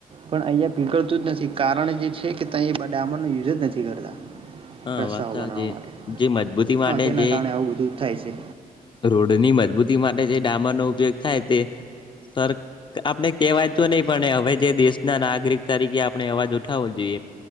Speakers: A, on the right (about 35°); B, on the left (about 30°).
A: પણ અહીંયા પીગળતું જ નથી. કારણ જે છે કે તઈ બ ડામરનો યુઝ જ નથી કરતા.
B: હા
A: રસ્તાઓ
B: વાસા
A: બનાવા
B: જે
A: માટે.
B: જે મજબૂતી માટે
A: હન, તેના
B: જે
A: કારણે આવું બધું થાય છે.
B: રોડની મજબૂતી માટે જે ડામરનો ઉપયોગ થાય તે સર, આપણે કેવાય તો નઈ પણ હવે જે દેશના નાગરિક તરીકે આપણે અવાજ ઉઠાવો જોઈએ.